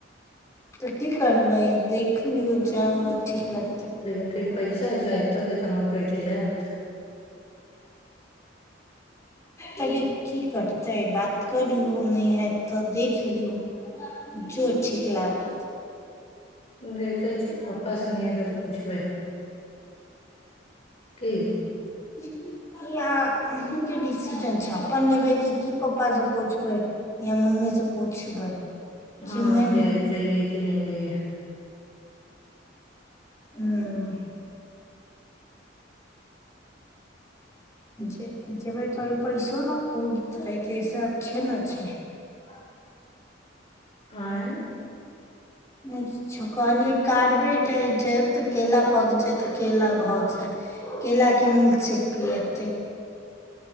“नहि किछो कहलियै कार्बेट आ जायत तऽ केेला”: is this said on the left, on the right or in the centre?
Left